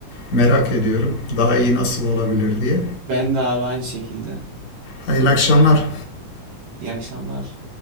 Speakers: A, on the left; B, on the right.
A: merak ediyorum. Daha iyi nasıl olabilir diye.
B: ben de abi aynı şekilde.
A: Hayırlı akşamlar.
B: İyi akşamlar.